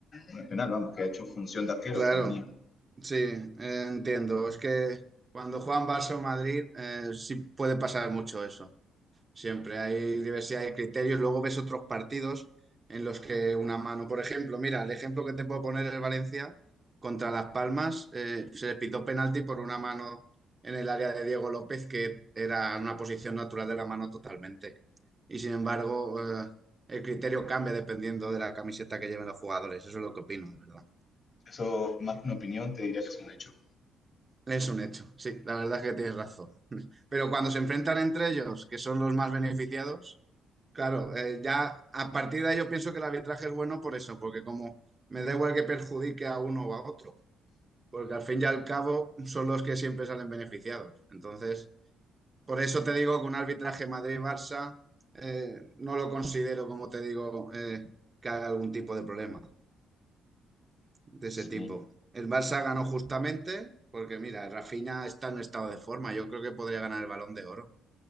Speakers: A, on the left; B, on the right.
A: no es penal. Vamos, que ha hecho función de arquero
B: claro,
A: Tchouaméni.
B: sí, eh, entiendo. Es que cuando juegan Barça o Madrid eh, sí puede pasar mucho eso. Siempre hay diversidad de criterios. Luego ves otros partidos en los que una mano, por ejemplo, mira, el ejemplo que te puedo poner es Valencia contra Las Palmas. eh, se le pitó penalti por una mano en el área de Diego López, que era una posición natural de la mano totalmente. Y sin embargo, eh, el criterio cambia dependiendo de la camiseta que lleven los jugadores. Eso es lo que opino, de verdad.
A: Eso, más que una opinión, te diría que es un hecho.
B: Es un hecho. Sí, la verdad es que tienes razón. <laughs> Pero cuando se enfrentan entre ellos, que son los más beneficiados. Claro, eh, ya a partir de ahí yo pienso que el arbitraje es bueno por eso, porque como me da igual que perjudique a uno o a otro, porque al fin y al cabo son los que siempre salen beneficiados. Entonces, por eso te digo que un arbitraje Madrid-Barça eh, no lo considero, como te digo, eh, que haga algún tipo de problema de ese
A: Sí,
B: tipo. El Barça ganó justamente, porque mira, Rafinha está en un estado de forma, yo creo que podría ganar el Balón de Oro.